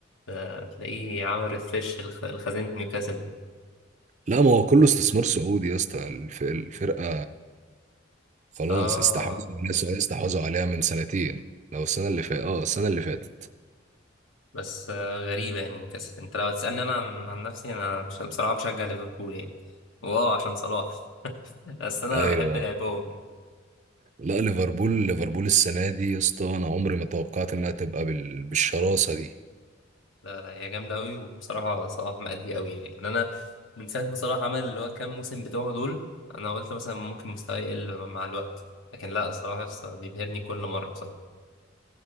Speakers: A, on the left; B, on the right.
A: آه، تلاقيه عامل ريفريش الخزينة نيوكاسل
B: لا ما هو كله استثمار سعودي يا اسطى الف... الفرقه خلاص
A: آه
B: استحوذوا عليها السعوديه استحوذوا عليها من سنتين او السنه اللي فاتت اه السنه اللي فاتت
A: بس آه، غريبة يعني نيوكاسل انت لو هتسألني انا عن, عن نفسي انا بش- بصراحة بشجع ليفربول يعني واه عشان صلاح <laughs> بس انا
B: ايوه
A: بحب لعبهم يعني
B: لا ليفربول ليفربول السنه دي يا اسطى انا عمري ما توقعت انها تبقى بال... بالشراسه دي
A: لا لا هي جامدة قوي وبصراحة صلاح مأدي قوي يعني يعني انا من ساعة ما صلاح عمل اللي هو كام موسم بتوعه دول انا قلت مثلا ممكن مستواه يقل مع الوقت لكن لا صراحة بيبهرني كل مرة بصراحة